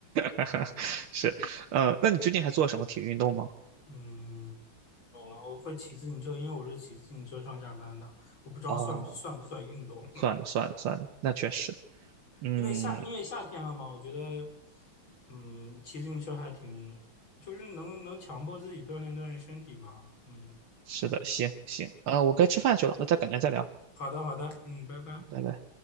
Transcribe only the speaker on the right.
哈哈，<laughs> 是，呃，那你最近还做什么体育运动吗？
哦，算了算了算了，那确实，嗯，
是的，行行，啊、我该吃饭去了，那再改天再聊，
拜拜。